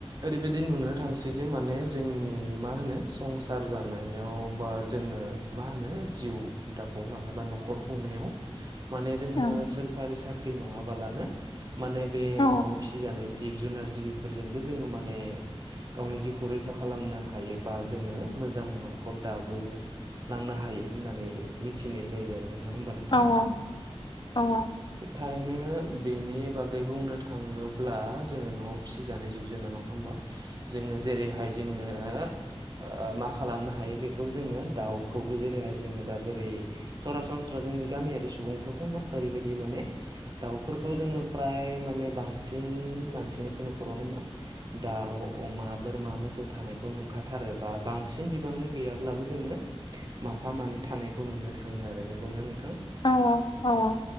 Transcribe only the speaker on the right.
ओरैबायदि नुनो थांसै दि माने जोंनि मा होनो संसार जानायाव बा जोङो मा होनो जिउ दाफुंखांनाय बा न'खर खुंनायाव माने जोङो
सोरखारि साख्रि नङाबालानो माने बे
न'आव फिसिजानाय जिब जुनार जिबिफोरजोंबो जोङो माने गावनि जिउखौ रैखा खालामनो हायोबा जोङो मोजां न'खर दाबो लांनो हायो होननानै मिथिनाय जायो आरो। होमबा नोंथां?
थारैनो बेनि बागै बुंनो थाङोब्ला जोङो न'आव फिसिजानाय जिब जुनार नङा होमबा? जोङो जेरैहाय जोङो ओ मा खालामनो हायो बेखौ जोङो दाउखौबो जेरैहाय जोङो दा जेरै सरासनस्रा जोंनि गामियारि सुबुंफ्राथ' मा ओरैबायदि माने दाउफोरखौ जोङो फ्राय माने बांसिन मानसिनि न'खराव मा दाउ अमा बोरमा मोसौ थानायखौ नुखाथारो बा बांसिन बिबाङै गैयाब्लाबो जोङो माफा मानैे थानायखौ नुनो थाङो आरो नोंगौना नोंथां?